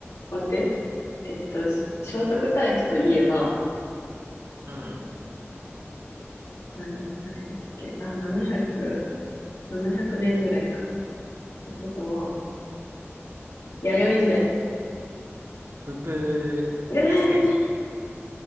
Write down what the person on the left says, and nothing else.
待って。えっと、し聖徳太子といえば、
なん、なんやっけ、あ、700、7年ぐらいか。ってことは、弥生時代。
えー、